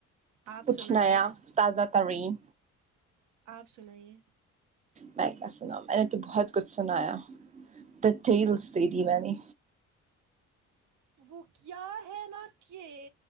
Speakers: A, on the right; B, on the right.
A: آپ
B: کچھ
A: سنائیے
B: نیا تازہ ترین
A: آپ سنائیے
B: میں کیا سناو میں نے تو بہت کچھ سنایا <unintelligible> دیدی میں نے
A: وہ کیا ہے نہ کہ